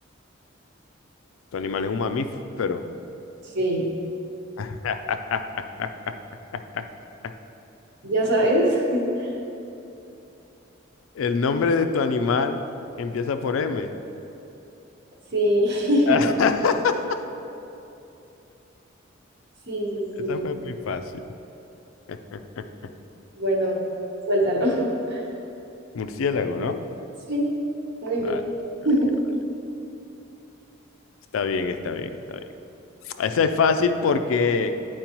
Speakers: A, on the left (about 85°); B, on the right (about 60°).
A: ¿Tu animal es un mamífero?
B: sí.
A: <laughs>
B: ¿Ya sabes? <laughs>
A: ¿El nombre de tu animal empieza por M?
B: Sí, <laughs> sí,
A: <laughs>
B: sí, sí.
A: Esa fue muy fácil. <laughs>
B: Bueno, suéltalo. <laughs>
A: Murciélago, ¿no?
B: Sí, muy
A: Claro.
B: bien.
A: claro.
B: <laughs>
A: Está bien, está bien, está bien. Esa es fácil porque,